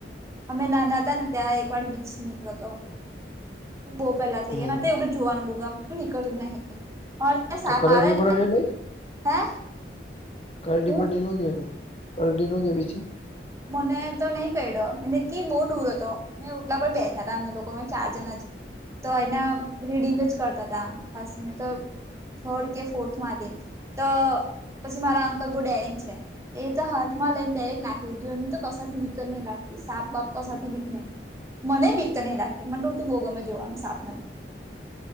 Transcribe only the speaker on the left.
હમ
તો
કરડયો
બરડયો નઈ,
કરડી
બરડી ન ગયો હોય. કરડી ન ગયો વીંછી?